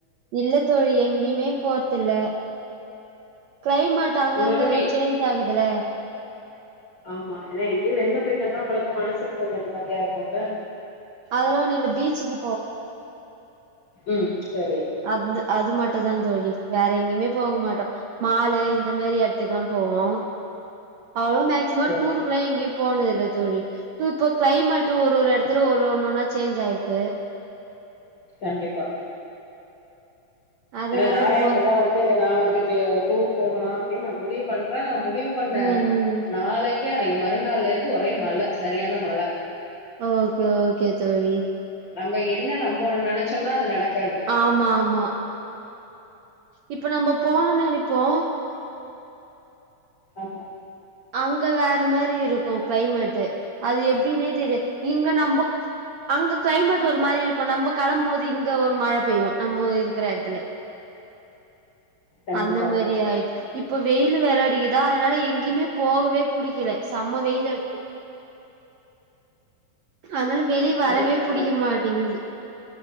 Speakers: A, on the right; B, on the left.
A: இல்ல தோழி எங்கியுமே போற்தில்ல. கிளைமட் அங்கங்க
B: உங்களுக்கு வீ
A: சேஞ் ஆகுதுல்ல.
B: ஆமா ஏன்ன எங்கியும் வெல்ல போயிட்டு ந்தா உங்களுக்கும் மனசுக்கு கொஞ்சம் நிம்மதியா இருக்கும்ல.
A: அதெல்லா ஒண்ணு இல்ல பீச்சுக்கு
B: ம். சரி
A: அந்த அது மட் ட்டு தா தோழி வேற எங்கேயுமே போக மாட்டம் மாலு இந்த மேரி இடத்துக்குல்லாம் போவோ. அவ்வளவா மேக்சிமம்
B: சரி
A: டூருக்குலா எங்கயு போனதில் ல தோழி ப் ப்ப கிளைமேட்டு ஒரு ஒரு எடத்துல ஒரு ஒண்ணொன்னா சேன்ச் ஆயிருக்கு
B: கண்டிப்பா
A: அதனால
B: ஏனா நானே
A: போ
B: அப்படிதா வந்து நா ஒரு டூர் போகலாம் அப்டி நா முடிவு பண்ற முடிவு பண்ண
A: ம் ம்
B: நாளைக்கே அன்னைக்கு மறுநாள்ல இருந் ஒரே மழ சரியான மழ
A: அ ஓகே ஓகே தோழி
B: நம்ம என்ன நம்போணுனா நெனச்சம்னா அது நடக்
A: ஆமாமா இப்ப நம்ப போனு நெனைப்போ
B: ஆமா
A: அங்க வேற மேரி இருக்கு க்ளைமேட்டு் அது எப்டினே தெரியாத் இங்க நம்புக் அங்க க்ளைமேட் ஒரு மாரி இருக்கு நம்ம களம்மோது இங்க ஒர் மழ பெய்யு நம்போ இருக்கிற எடத்துல
B: கண்டிப்பா
A: அந்த மரி ஆயிட் இப்ப வெயிலு வெற அடிகுதா அதனால எங்யுமே போகவே புடிக்கில செம்ம வெயிலு அடிக்கிது அத்னால வெளிய
B: நா
A: வரவே
B: வந்து
A: புடிக்க மாட்டிங்கிது